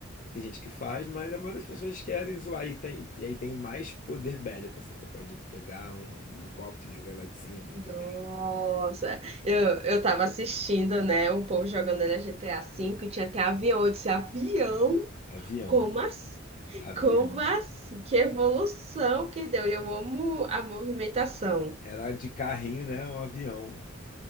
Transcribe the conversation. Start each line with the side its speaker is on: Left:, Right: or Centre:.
Left: Tem gente que faz, mas a maioria das pessoas querem zoar. E, tem, e aí tem mais poder bélico, assim. Você pode pegar um helicóptero e jogar lá de cima, enfim,
Right: Nossa,
Left: tem.
Right: eu, eu tava assistindo, né, o povo jogando ele GTA V e tinha até avião. Eu disse, avião?
Left: Avião,
Right: Como
Left: mano.
Right: assim?
Left: Avião.
Right: Como assim? Que evolução que deu! E Eu amo a movimentação.
Left: Era de carrinho, né? Um avião.